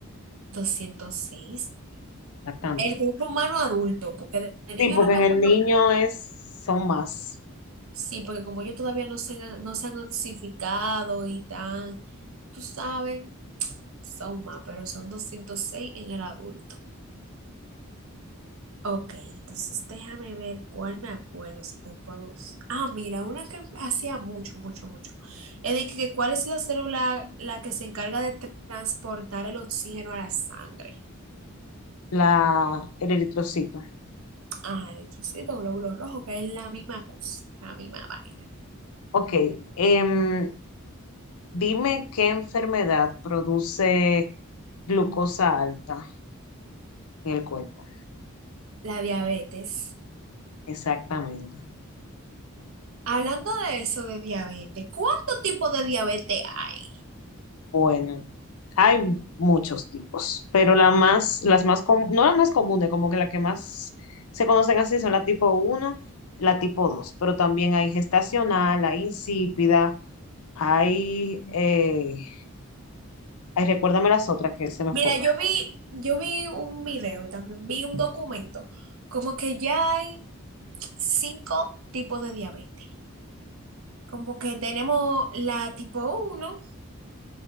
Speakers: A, on the right (about 70°); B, on the left (about 80°).
A: 206.
B: Exactamente.
A: El cuerpo humano adulto, porque de de niño
B: Sí, porque
A: no me
B: en
A: acuerdo
B: el niño es, son más
A: Sí, porque como ellos todavía no se han, no se han notificado y tan, tú sabes, son más, pero son 206 en el adulto. Ok, entonces déjame ver cuál me acuerdo, si te puedo... us- Ah, mira, una que hacía mucho, mucho, mucho. Es de que cuál es la célula la que se encarga de tra- transportar el oxígeno a la sangre.
B: la, el eritrocito.
A: Ajá, entonces glóbulo rojo, que es la misma cosa, la misma vaina.
B: Ok, em, dime qué enfermedad produce glucosa alta en el cuerpo.
A: La diabetes.
B: Exactamente.
A: Hablando de eso de diabetes, ¿cuánto tipo de diabetes hay?
B: Bueno, hay muchos tipos, pero la más, las más, com- no las más comunes, como que las que más se conocen así son la tipo uno, la tipo 2, pero también hay gestacional, hay insípida, hay, eh, ay, recuérdame las otras que se me
A: Mira,
B: fueron.
A: yo vi, yo vi un video y también vi un documento, como que ya hay cinco tipos de diabetes. Como que tenemos la tipo uno